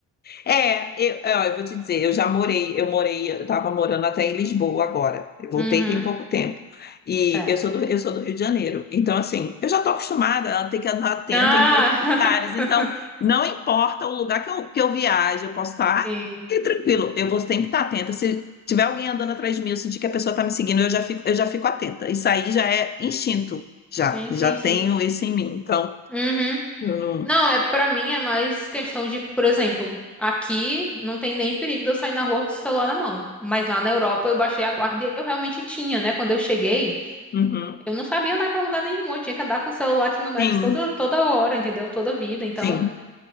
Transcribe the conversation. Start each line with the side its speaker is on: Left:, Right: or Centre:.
Left: é, eu, é, ó, eu vou te dizer, eu já morei, eu morei, eu estava morando até em Lisboa agora. Eu voltei
Centre: Uhum.
Left: tem pouco tempo. E
Centre: Certo.
Left: eu sou do, eu sou do Rio de Janeiro. Então, assim, eu já estou acostumada a ter que andar atenta
Centre: Ah,
Left: em todos os lugares. Então,
Centre: <laughs>
Left: não importa o lugar que eu, que eu viaje, eu posso estar
Centre: sim,
Left: fique tranquilo. Eu vou sempre estar atenta. Se tiver alguém andando atrás de mim, eu sentir que a pessoa está me seguindo, eu já fico, eu já fico atenta. Isso aí já é instinto. Já,
Centre: sim,
Left: já
Centre: sim, sim.
Left: tenho isso em mim. Então,
Centre: Uhum.
Left: eu não.
Centre: Não, é para mim é mais questão de, por exemplo, aqui não tem nem perigo de eu sair na rua com o celular na mão. Mas lá na Europa eu baixei a guarda e eu realmente tinha, né? Quando eu cheguei,
Left: Uhum.
Centre: eu não sabia andar pra lugar nenhum. Eu tinha que andar com o celular aqui no Maps
Left: Sim,
Centre: toda, toda hora, entendeu? Toda vida. Então,
Left: sim.